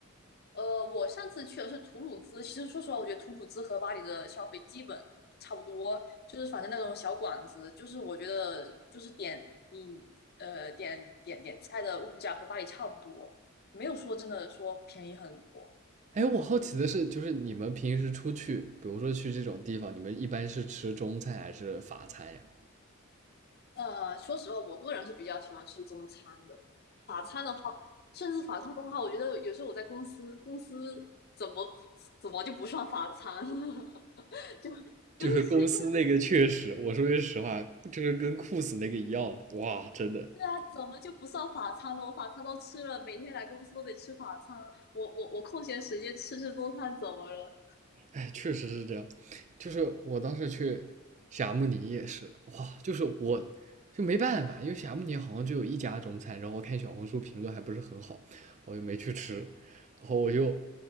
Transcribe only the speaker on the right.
哎，我好奇的是，就是你们平时出去，比如说去这种地方，你们一般是吃中餐还是法餐呀？
就是公司那个确实，
我说句实话，就是跟 c o 那个一样的，哇，真的。
哎，确实是这样。就是我当时去霞慕尼也是，哇，就是我就没办法，因为霞慕尼好像就有一家中餐，然后我看小红书评论还不是很好，我就没去吃，然后我就